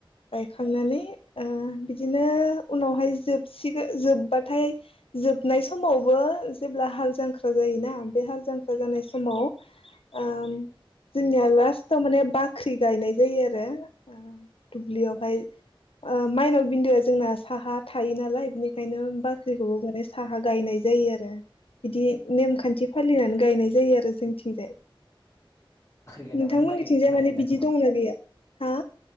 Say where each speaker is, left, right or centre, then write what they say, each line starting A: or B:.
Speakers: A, on the left (about 85°); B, on the left (about 30°).
A: गायखांनानै ओ बिदिनो उनावहाय जोबसिगो जोबबाथाय जोबनाय समावबो जेब्ला हाल जांख्रा जायोना बे हाल जांख्रा जानाय समाव ओ जोंनिया लास्टाव माने बाख्रि गायनाय जायो आरो ओ दुब्लिआवहाय ओ माइनाव बिन्दोआ जोंना साहा थायो नालाय बिनि खायनो बाख्रिखौबो माने साहा गायनाय जायो आरो। बिदि नेम खान्थि फालिनानै गायनाय जायो आरो जोंनिथिंजाय।
B: गायनाय
A: नोंथांमोननिथिंजाय
B: माने माइ गाय माइ
A: माने
B: गायनाय
A: बिदि
B: नामा
A: दंना गैया हा